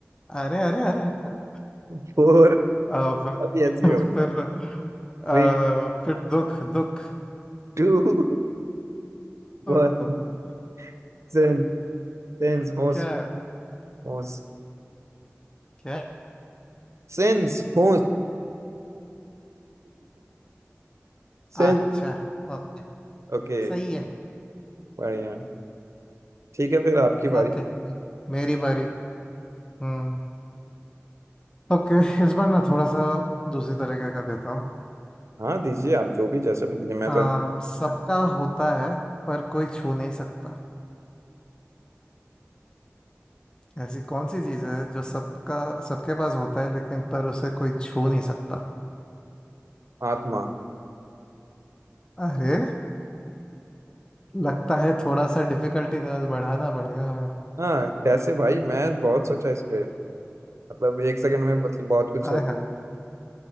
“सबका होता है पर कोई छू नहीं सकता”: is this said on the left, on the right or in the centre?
Left